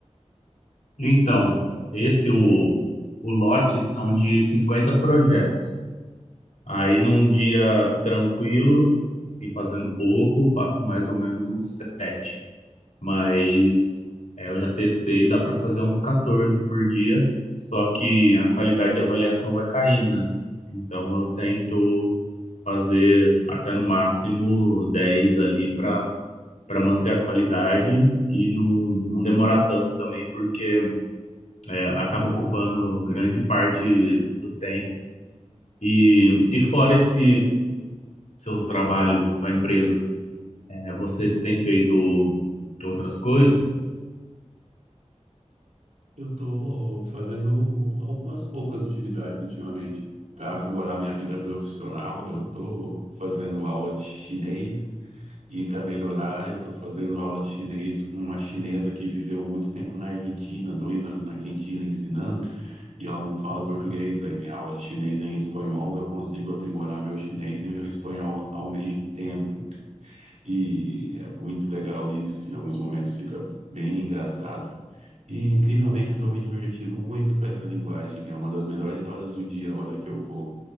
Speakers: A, on the left; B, on the right.
A: Então, esse, o, o lote são de 50 projetos. Aí num dia tranquilo, assim, fazendo pouco, faço mais ou menos uns sete. Mas é, eu já testei, dá para fazer uns 14 por dia, só que a qualidade de avaliação vai caindo, né? Então eu tento fazer até no máximo 10 ali para para manter a qualidade e não, não demorar tanto também, porque é, acaba ocupando grande parte do tempo. E, e fora esse seu trabalho com a empresa? É, você tem feito outras coisas?
B: Eu estou fazendo algumas poucas atividades ultimamente. Para melhorar minha vida profissional, eu estou fazendo aula de chinês e para melhorar, eu estou fazendo aula de chinês com uma chinesa que viveu muito tempo na Argentina, dois anos na Argentina ensinando, e ela não fala português. Aí minha aula de chinês é em espanhol, eu consigo aprimorar meu chinês e meu espanhol ao mesmo tempo. E é muito legal isso. Em alguns momentos fica bem engraçado. E incrivelmente eu estou me divertindo muito com essa linguagem. É uma das melhores horas do dia, a hora que eu vou